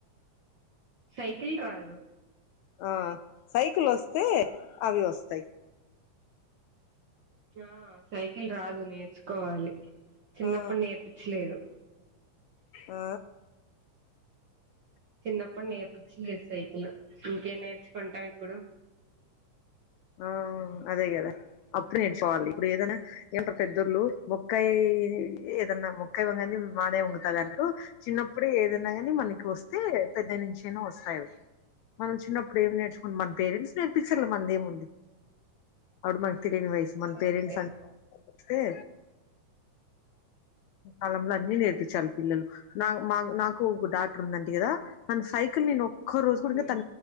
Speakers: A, on the right; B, on the left.
A: సైకిల్ రాదు
B: ఆ సైకిల్ వస్తే అవి వస్తాయి.
A: ఆ సైకిల్ రాదు నేర్చుకోవాలి చిన్నప్పుడు
B: ఆ
A: నేర్పించలేదు.
B: ఆ
A: చిన్న అప్పుడు నేర్పుచ్చలే సైకుల ఇంకేం నేర్చుకుంటాం ఇప్పుడు
B: ఆ అదే కదా అప్పుడు నేర్చుకోవాలి ఇప్పుడు ఏదైనా ఏంటారు పెద్దళ్లు మొక్కయి ఏదన్నా మొక్కయ వని మానే వంగతంది అంటూ చిన్నప్పుడే ఏదన్నా కాని మనకి వస్తే పెద్ద నుంచయినా వస్తాయి మనం చిన్నప్పుడు ఏం నేర్చుకుంటం మన పేరెంట్స్ నేర్పించలే మన ఏం ఉంది. అడ మై తిలిని వయసు మన
A: అంతే
B: పేరెంట్స్ అం ే కాలంలో అన్ని నేర్పించాలి పిల్లలు నా మా నాకు ఒక డాక్టర్ ఉందంటే కదా తను సైకిల్ <unintelligible> రోజుకా
A: మ్మ్
B: త